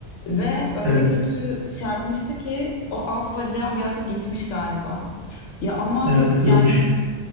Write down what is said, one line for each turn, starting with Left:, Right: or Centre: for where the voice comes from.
Left: Ve öyle
Right: evet,
Left: kötü çarpmıştı ki o alt bacağı birazcık gitmiş galiba. Ya ama
Right: evet
Left: hep
Right: kırılmış.
Left: yani